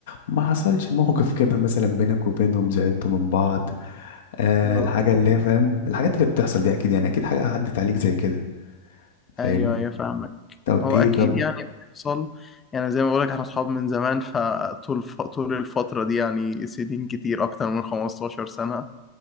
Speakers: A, on the left (about 55°); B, on the left (about 20°).
A: ما حصلش موقف كده مثلا بينك وبينهم زعلتوا من بعض آه
B: اه
A: الحاجة اللي هي فاهم الحاجات اللي بتحصل دي اكيد يعني اكيد حاجة عدت عليك زي كده فاهمني
B: أيوه أيوه فاهمك
A: طب
B: هو
A: ايه
B: أكيد
A: طب
B: يعني بيحصل يعني زي ما بقولك احنا أصحاب من زمان فطول ف... طول الفترة دي يعني سنين كتير أكتر من 15 سنة